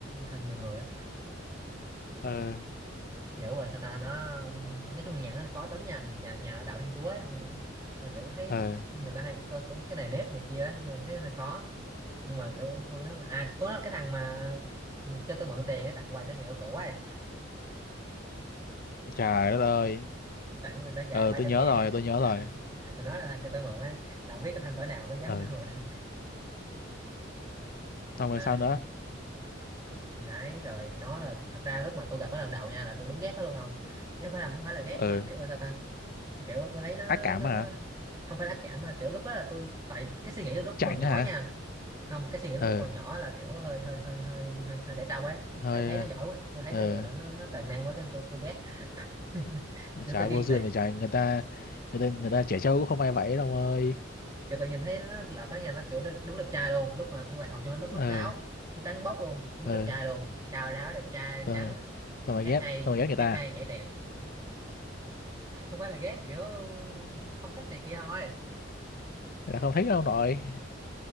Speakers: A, on the right; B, on the left.
A: thân nhiều người á
B: ờ
A: kiểu là sao ta nó nói chung là nhà nó hơi khó tính nha nhà nhà, nhà đạo Thiên Chúa ấy, ông- là kiểu thấy
B: ờ
A: người ta hay coi có cái này nếp này kia ấy, nên thấy hơi khó nhưng mà kiểu tôi nó à tôi nó cái thằng mà ừ, cho tôi mượn tiền ấy, tặng quà cho người yêu cũ ấy
B: trời đất ơi
A: tặng mình đôi giày
B: ờ
A: ba
B: tôi
A: trăm
B: nhớ
A: ngàn
B: rồi
A: ấy
B: tôi nhớ rồi
A: <laughs> rồi nó là thằng cho tôi mượn ấy là không biết cái thằng cỡ nào mới dám
B: ờ
A: cho mượn <laughs>
B: xong
A: mà
B: rồi sao nữa
A: thì đấy rồi nó là thật ra lúc mà tôi gặp nó lần đầu nha là tôi đúng ghét nó luôn không chứ không phải là không phải là ghét
B: ờ
A: mà kiểu là sao ta kiểu tôi thấy nó
B: ác cảm
A: nó
B: hả
A: nó không phải ác cảm mà kiểu lúc đó là tôi tại cái suy nghĩ tôi lúc
B: chảnh
A: còn nhỏ
B: hả
A: nha không cái suy nghĩ tôi
B: ờ
A: lúc còn nhỏ là kiểu hơi hơi hơi hơi hơi, hơi để trâu ấy
B: hơi
A: tại thấy nó giỏi quá tôi thấy
B: ờ
A: nó gọi là nó nó toàn năng quá cái tôi tôi ghét <laughs> kiểu
B: trời
A: tôi ghen
B: vô duyên
A: tị
B: vậy trời người ta người ta người ta trẻ trâu cũng không ai vậy đâu ông ơi
A: kiểu tôi nhìn thấy nó là cái nhà nó kiểu nó đúng đẹp trai luôn lúc mà tôi vào học cho nó lúc lớp
B: ờ
A: sáu nó trắng bóc luôn đúng
B: ờ
A: đẹp trai luôn cao ráo đẹp trai
B: ờ
A: trắng
B: sao mà
A: hát
B: ghét
A: hay
B: sao mà ghét người
A: hát
B: ta
A: hay nhảy đẹp không phải là ghét kiểu không thích này kia thôi
B: người ta không thích đâu ông nội